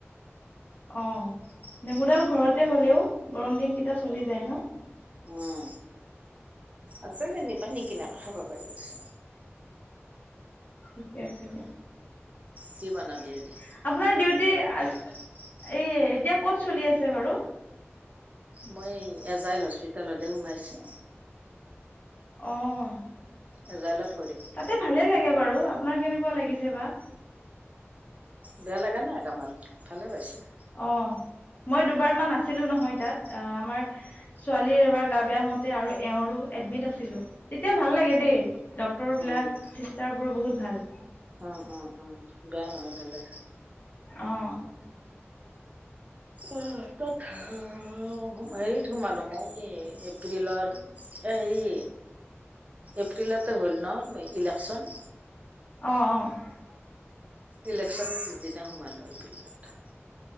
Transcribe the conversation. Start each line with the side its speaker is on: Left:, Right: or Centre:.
Left: অহ, নেমুডাল ঘৰতে হ'লেও গৰম দিনকেইটা চলি যায় ন',?
Right: উম আছে যেনিবা নিকিনাকে খাব পাৰি আছো।
Left: ঠিকে আছে দিয়া
Right: কি বনাবি
Left: <inaudible>
Right: আজি
Left: আপোনাৰ ডিউটি এ এতিয়া ক'ত চলি আছে বাৰু?
Right: মই এজাইল হস্পিতেলতে সোমাইছোঁ।
Left: অহ
Right: এজাইলট
Left: তাতে ভালে লাগে বাৰু আপোনাৰ কেনেকুৱা লাগিছে বা?
Right: বেয়া লগা নাই কামত ভালে পাইছোঁ।
Left: অহ মই দুবাৰমান আছিলো নহয় তাত আমাৰ ছোৱালীৰ এবাৰ গা বেয়া হওঁতে আৰু এওঁৰো এড এডমিট আছিলো তেতিয়া ভাল লাগে
Right: উম
Left: দেই ডক্তৰ বিলাক
Right: উম
Left: চিষ্টাৰবোৰ বহুত ভাল।
Right: উম -উম -উম বেয়া নহয় ভালে।
Left: অহ
Right: অহ, তাত হেৰি সোমালো মও হেই এপ্ৰিলৰ এ হেৰি এপ্ৰিলতে হ'ল ন' ইলেকচন?
Left: অহ - অহ
Right: ইলেকচনৰ পিছদিনা সোমালো এপ্ৰিলত।